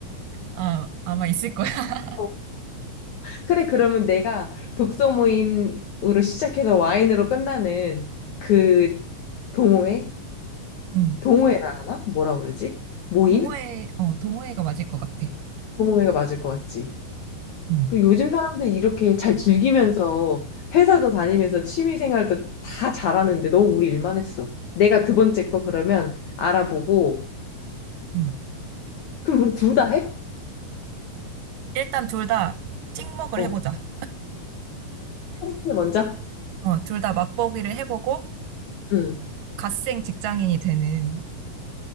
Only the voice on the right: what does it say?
아, 아마 있을 거야. <laughs>
응.
동호회, 어, 동호회가 맞을 것 같아.
응,
응.
일단 둘 다 찍먹을
해보자.
어, 둘 다 맛보기를 해보고,
갓생 직장인이 되는,